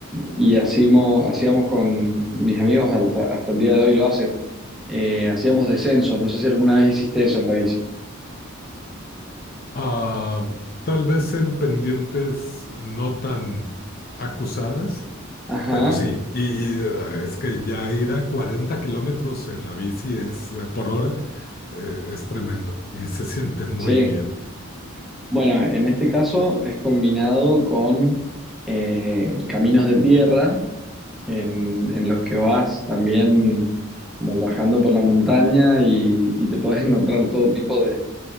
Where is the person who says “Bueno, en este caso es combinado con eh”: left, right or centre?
Centre